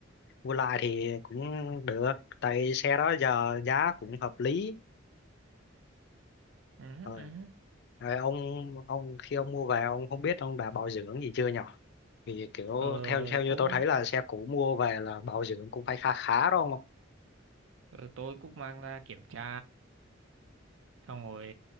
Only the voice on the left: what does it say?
Mua lại thì cũng được. Tại xe đó giờ giá cũng hợp lý.
Rồi,
rồi ông ông khi ông mua về ông không biết ông đã bảo dưỡng gì chưa nhở? Vì kiểu
theo theo như
tôi thấy là xe cũ mua về là bảo dưỡng cũng phải khá khá đó ông ạ.